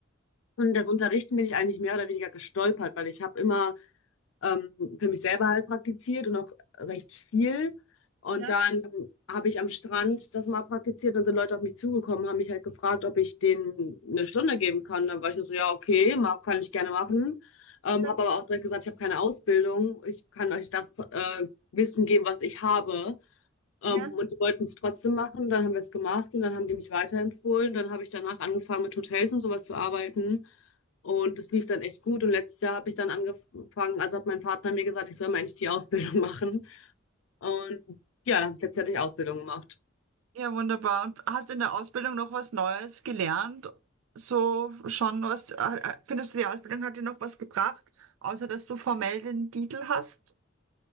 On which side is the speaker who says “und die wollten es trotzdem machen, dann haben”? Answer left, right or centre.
Left